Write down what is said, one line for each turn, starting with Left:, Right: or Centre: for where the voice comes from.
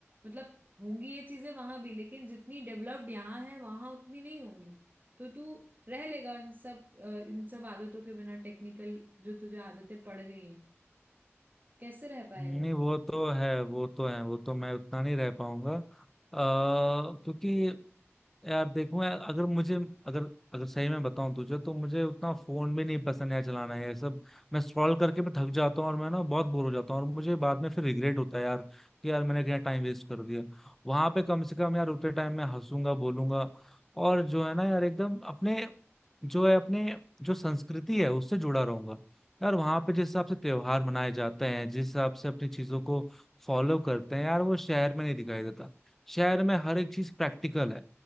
Right: मतलब होंगी ये चीजें वहां भी लेकिन जितनी डेवलप्ड यहाँ है वहां उतनी नहीं होंगी तो तू रह लेगा इन सब अ, इन सब आदतों के बिना टेक्निकल जो तुझे आदतें पड़ गई हैं कैसे रह पाएगा
Centre: नहीं
Right: वहां
Centre: वो
Right: पे
Centre: तो है वो तो है वो तो मैं उतना नहीं रह पाऊंगा अ, क्योंकि यार देखो यार अगर मुझे अगर अगर सही में बताऊं तुझे तो मुझे उतना फोन भी नहीं पसंद है चलाना है। ये सब मैं स्क्रॉल करके मैं थक जाता हूँ और मैं ना बहुत बोर हो जाता हूँ और मुझे बाद में फिर रिग्रेट होता है यार कि यार मैंने क्या टाइम वेस्ट कर दिया वहां पे कम से कम यार उतने टाइम मैं हंसूंगा बोलूंगा और जो है ना यार एकदम अपने जो है अपने जो संस्कृति है उससे जुड़ा रहूंगा यार वहां पे जिस हिसाब से त्योहार मनाए जाते हैं जिस हिसाब से अपनी चीजों को फॉलो करते हैं यार वो शहर में नहीं दिखाई देता शहर में हर एक चीज प्रैक्टिकल है